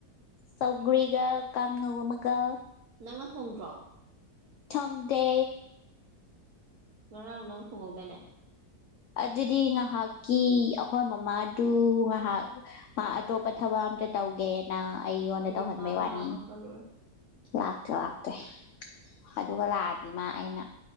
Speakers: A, on the left; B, on the right.
A: ꯆꯧꯒ꯭ꯔꯤꯒ ꯀꯥꯡꯍꯧ ꯑꯃꯒ
B: ꯅꯪꯅ ꯊꯣꯡꯗ꯭ꯔꯣ
A: ꯊꯪꯗ
B: ꯉꯥꯔꯥꯡ ꯅꯪꯅ ꯊꯣꯡꯉꯣꯗꯅꯦ
A: ꯑꯗꯨꯗꯤ ꯉꯥꯏꯍꯥꯛꯀꯤ ꯑꯩꯈꯣꯏ ꯃꯃꯥꯗꯨ ꯉꯥꯏꯍꯥꯛ ꯑꯇꯣꯞꯄ ꯊꯕꯛ ꯑꯝꯇ ꯇꯧꯒꯦ ꯑꯩꯉꯣꯟꯗ
B: ꯑꯩꯗꯤ
A: ꯇꯧꯍꯟꯕꯩ
B: ꯃꯥꯡ
A: ꯋꯥꯅꯤ
B: ꯂꯥꯛꯑꯕ꯭ꯔꯥ ꯈꯜꯂꯨꯔꯦ
A: ꯂꯥꯛꯇꯦ ꯂꯥꯛꯇꯦ ꯑꯗꯨꯒ ꯂꯥꯛꯑꯗꯤ ꯏ ꯃꯥ ꯑꯩꯅ